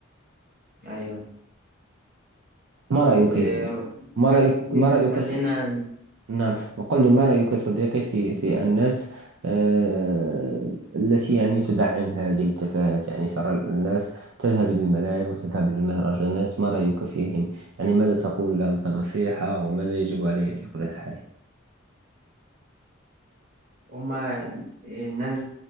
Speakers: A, on the right (about 40°); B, on the right (about 65°).
A: أيوه
B: ما رأيك
A: إيه
B: يا ص- ما
A: بس
B: رأيك ما رأيك
A: خلينا
B: ص- نعم وقل لي ما رأيك يا صديقي في في الناس آه التي يعني تدعم هذه التفاهات يعني ترى الناس تذهب للملاعب وتذهب للمهرجانات ما رأيك فيهم يعني ماذا تقول لهم كنصيحة وماذا يجب عليه في كل الحال
A: هما الناس